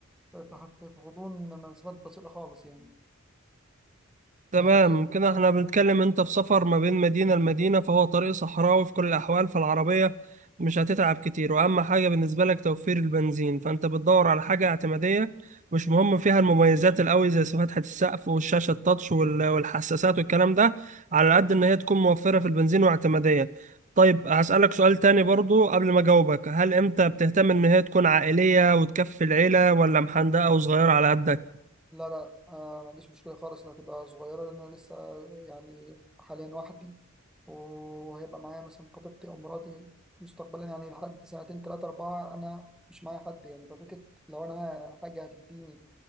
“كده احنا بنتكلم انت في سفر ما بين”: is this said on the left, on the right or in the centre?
Right